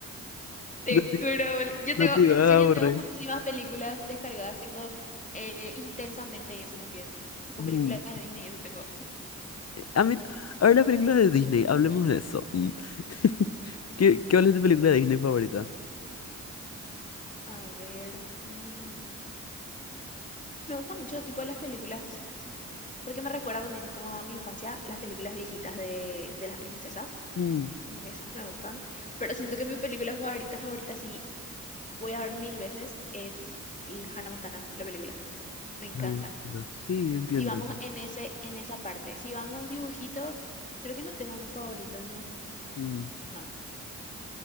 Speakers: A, on the left; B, on the left.
A: Te
B: No te,
A: juro, bol- yo
B: no
A: tengo,
B: te ibas
A: en
B: a
A: serio,
B: aburrir.
A: tengo muchísimas películas descargadas. Tengo eh, intensamente y eso también. Tipo
B: Mm.
A: películas de Disney y eso tengo.
B: A mí, a ver las películas de Disney, hablemos de eso. Mm. <laughs> ¿Qué, qué cuál es tu película de Disney favorita?
A: A ver, mm, me gusta mucho tipo de las películas, porque me recuerda también como a mi infancia, las películas viejitas de, de las princesas.
B: Mm,
A: Como que esas me gustan. Pero siento que mi película favorita, favorita, sí, voy a ver mil veces, es el Hannah Montana, la película. Me encanta.
B: no, no, Sí, entiendo
A: Si vamos
B: eso.
A: en ese, en esa parte. Si vamos dibujito, creo que no tengo uno favorito, no.
B: Mm.
A: No.